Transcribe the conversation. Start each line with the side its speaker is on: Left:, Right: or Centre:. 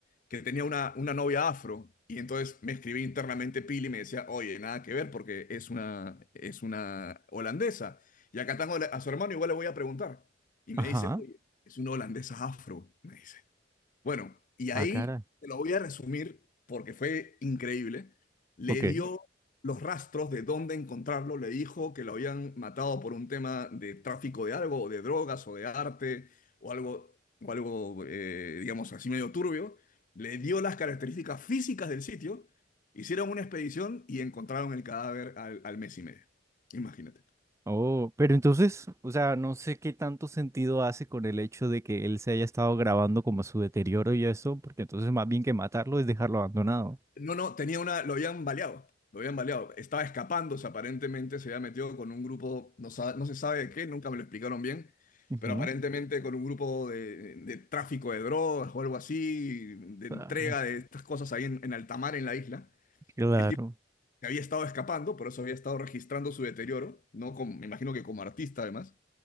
Left: que tenía una, una novia afro. Y entonces me escribí internamente Pili y me decía, oye, nada que ver porque es una, es una holandesa. Y acá tengo a su hermano, igual le voy a preguntar. Y me
Right: Ajá.
Left: dice, oye, es una holandesa afro, me dice. Bueno, y ahí
Right: Ah, cara.
Left: te lo voy a resumir porque fue increíble. Le
Right: Ok.
Left: dio los rastros de dónde encontrarlo, le dijo que lo habían matado por un tema de tráfico de algo, o de drogas, o de arte, o algo, o algo eh, digamos así medio turbio. Le dio las características físicas del sitio, hicieron una expedición y encontraron el cadáver al, al mes y medio. Imagínate.
Right: Oh, pero entonces, o sea, no sé qué tanto sentido hace con el hecho de que él se haya estado grabando como su deterioro y eso, porque entonces más bien que matarlo es dejarlo abandonado.
Left: No, no, tenía una, lo habían baleado, lo habían baleado. Estaba escapándose, aparentemente se había metido con un grupo, no, sa- no se sabe de qué, nunca me lo explicaron bien,
Right: Ujú.
Left: pero aparentemente con un grupo de, de tráfico de drogas o algo así, de entrega
Right: Ah,
Left: de estas cosas ahí en, en alta mar, en la isla.
Right: Claro.
Left: El tipo se había estado escapando, por eso había estado registrando su deterioro, ¿no? Como- me imagino que como artista además,